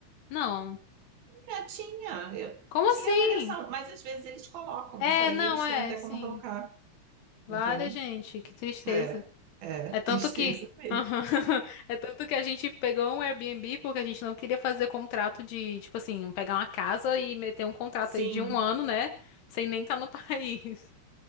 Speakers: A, on the left; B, on the right.
A: Não.
B: é, tinha, eu-
A: Como
B: tinha
A: assim?
B: avaliação, mas às vezes eles colocam,
A: É,
B: isso aí
A: não,
B: eles
A: é,
B: têm até
A: sim.
B: como colocar,
A: Vale,
B: entendeu?
A: gente, que tristeza.
B: É, é,
A: É
B: tristeza
A: tanto que.
B: mesmo.
A: Aham. <laughs> É tanto que a gente pegou um Airbnb porque a gente não queria fazer contrato de, tipo assim, pegar uma casa e meter um contrato
B: Sim,
A: aí de um ano, né? Sem nem estar no <laughs> país.